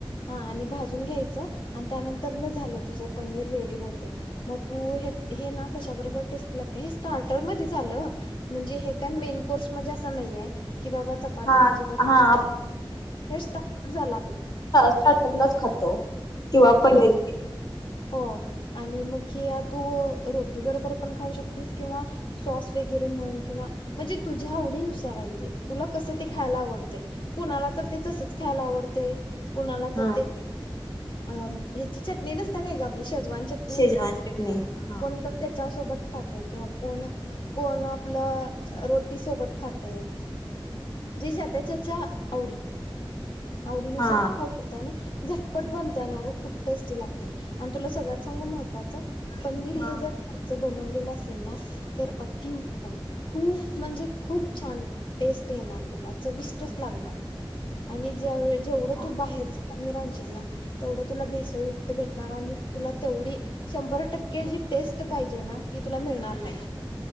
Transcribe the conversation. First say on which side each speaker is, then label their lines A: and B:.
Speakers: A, on the left; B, on the left.
A: हा आणि भाजून घ्यायचं आणि त्यानंतर न झालं तुझं पनीर रेडी होते मग तू हे हे ना कशा बरोबर टेस्टी लागते हे स्टार्टर मध्ये झालं म्हणजे हे काय मेन कोर्समध्येणे असा नाही आहे. कि बाबा चपाती
B: हा
A: भाजी बरोबरच
B: हा
A: खायला हे स्टार्ट झाल.
B: स्टारटरलाच खातो किंवा
A: स्टार्टरला
B: पनीर.
A: हो आणि मग हे तू रोटी बरोबर पण खाऊ शकतेस किंवा सॉस वगैरे म्हण किंवा म्हणजे तुझ्या आवडीनुसार आहे ते तुला कसं ते खायला आवडतंय कुणाला तर ते तसच खायला आवडतय. कुणाला तर
B: हा
A: ते - अ ह्याची चटणी नसता काय ग आपली? शेजवान चटणी
B: शेजवान चटणी हा
A: कोण त सोबत खाते किंवा कोण कोण आपलं रोटी सोबत खातय. जी ज त्याच्याच्या आवडी. आवडीनुसार
B: हा
A: तर पाऊ त्यानी झटपट बनते आणि अगं खूप टेस्टी लागते आणि तुला सगळ्यात सांगू महत्त्वाचं? पनीर
B: हा
A: हे जर घरच बनवल केलं असेल ना तर अती उत्तम खूप म्हणजे खूप छान टेस्ट येणार ततुला चविष्ट च लागणार. आणि ज्यावेळ जेवढं
B: हा
A: तू बाहेर पनीरांची ना तेवढं तुला भेसळी युक्त भेटणार आणि तुला तेवढी शंभर टक्के जी टेस्ट पाहिजे ना ती तुला मिळणार नाही.